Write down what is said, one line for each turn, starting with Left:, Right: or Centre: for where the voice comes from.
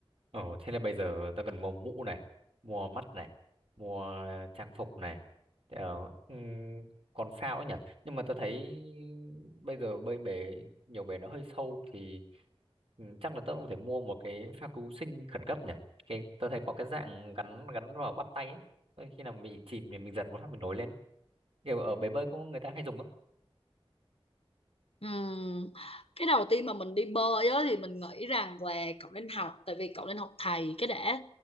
Right: Ờ, thế là bây giờ ta cần mua mũ này, mua mắt này, mua trang phục này. Ờ, ừm, còn phao ấy nhỉ? Nhưng mà ta thấy bây giờ bơi bể, nhiều bể nó hơi sâu thì ừm, chắc là ta cũng phải mua một cái phao cứu sinh khẩn cấp nhỉ? Cái, ta thấy có cái dạng gắn gắn vào bắp tay ấy. Ờ, Khi nào mình chìm thì mình giật một phát mình nổi lên. ấy. Kiểu ở bể bơi có người ta hay dùng không?
Left: Ừm, Cái đầu tiên mà mình đi bơi á, thì mình nghĩ rằng là cậu nên học tại vì cậu nên học thầy cái đã